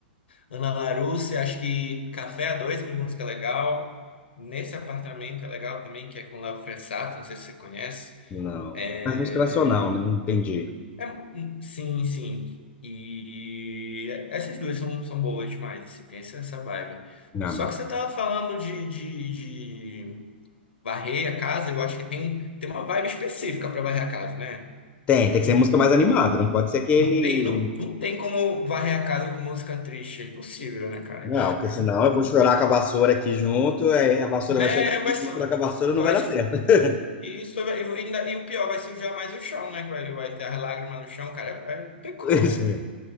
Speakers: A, on the left; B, on the left.
A: Ana Larousse, acho que Café a Dois é uma música legal. Nesse apartamento é legal também, que é com Léo Fressato, não sei se você conhece.
B: não.
A: É,
B: Mas música nacional, né? Entendi.
A: é, hum, sim, sim. E essas duas são, são boas demais, assim, tem essa, essa vibe.
B: Ah,
A: Só
B: bacana.
A: que você tava falando de, de, de varrer a casa, eu acho que tem, um, tem uma vibe específica para varrer a casa, né?
B: Tem, tem que
A: Não,
B: ser música mais animada,
A: não
B: não pode ser aquele.
A: não tem, não, não tem como varrer a casa com música triste. É impossível, né, cara?
B: Não, porque senão eu vou chorar com a vassoura aqui junto, aí a vassoura
A: Né,
B: vai chorar comigo,
A: vai só,
B: eu vou chorar com a vassoura,
A: vai,
B: não vai dar certo. <laughs>
A: e isso vai, e ainda, e o pior, vai sujar mais o chão, né? Que vai, vai ter as lágrimas no chão, cara. vai- não tem como.
B: Pois é.